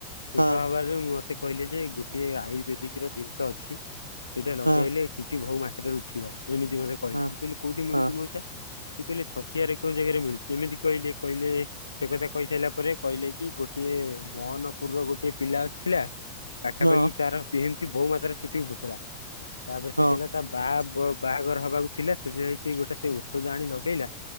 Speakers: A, on the left; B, on the right.
A: ଦିଖ
B: ହଁ
A: ହବାରୁ ମତେ କହିଲେ ଯେ ଗୋଟେ ଆୟୁର୍ବେଦିକ ର ଜିନିଷ ଅଛି। ଏଇଟା ଲଗେଇଲେ
B: ହଁ
A: ଚୁଟି ବହୁ ମାତ୍ରାରେ ଉଠିବ ଏମିତି ମତେ କହିଲେ।
B: ହଁ
A: ମୁଁ କହିଲି କୋଉଠି ମିଳୁଛି
B: ହଁ
A: ମଉସା? ସେ କହିଲେ ଛତିଆ ରେ କଉ ଜାଗାରେ ମିଳୁଛି ଏମିତି କହିଲେ କହିଲେ ସେ କଥା କହି ସାରିଲା ପରେ କହିଲେ କି ଗୋଟିଏ ମହନପୁରର ଗୋଟିଏ ପିଲା ଥିଲା ପାଖାପାଖି
B: ହଁ
A: ତାର ଏମିତି ବୋହୁ ମାତ୍ରାରେ ଚୁଟି ଉପୁଡୁଥିଲା। ତାପରେ ସେ
B: ହଁ
A: କହିଲା ତା ବାହ ପ ବାହାଘର ହବାକୁ ଥିଲା ସେଥିପାଇଁ ସେ ଗୋଟେ ସେ ଔଷଧ ଆଣି ଲଗେଇଲା